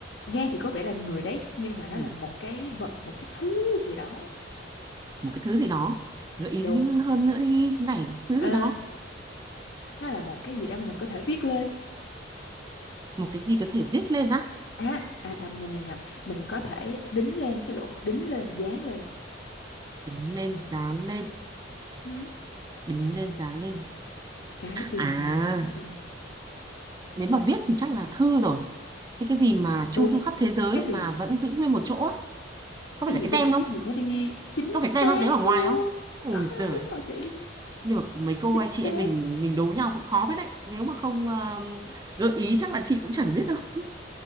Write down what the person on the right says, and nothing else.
Ừ.
một cái thứ gì đó gợi ý
hơn nữa đi này thứ
gì đó
một cái gì có thể viết lên á
đính lên dán lên
đính lên dán lên
à
nếu mà viết thì chắc là thư rồi thế cái gì mà chu
du khắp thế giới
mà vẫn giữ nguyên một chỗ á có
phải là
cái
tem không
có phải
cái tem không đấy ở ngoài
không ôi
giời
nhưng mà mấy cô
anh
chị em mình mình đố nhau cũng khó với đấy nếu mà không ờ, gợi ý chắc là chị cũng chẳng biết đâu